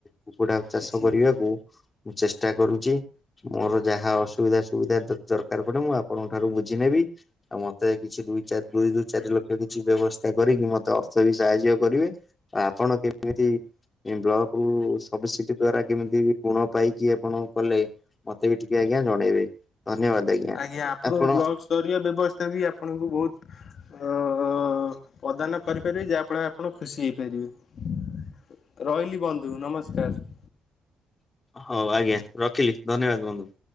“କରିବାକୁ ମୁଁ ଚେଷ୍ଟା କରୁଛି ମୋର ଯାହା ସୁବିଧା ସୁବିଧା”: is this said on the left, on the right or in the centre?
Left